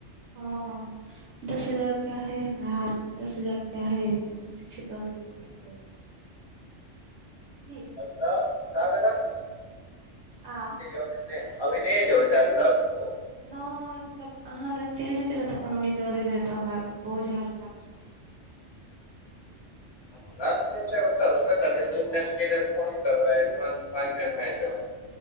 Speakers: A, on the right; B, on the left.
A: हँ, हँ दस हजार रुपया है हमरा हाथ मे। दस हजार रुपआ हैय तऽ सोचै छीयै दऽ देबै तऽ ठीक रहतै की।
B: तऽ ताबे रख ले
A: आँय
B: अभि नै अभि नै जेबै ताबे रखो।
A: नै मतलब आहाँ लग चैल जेतै नै तऽ अपन ओनी दऽ देबै तऽ हमरा बोझ हल्का बुझ
B: हमरा लंग देब चाहे ओतऽ रहौ <unintelligible> दो मिनट के लेल फोन करबै तुरन्त पाँच मिनट मे अैन देबै।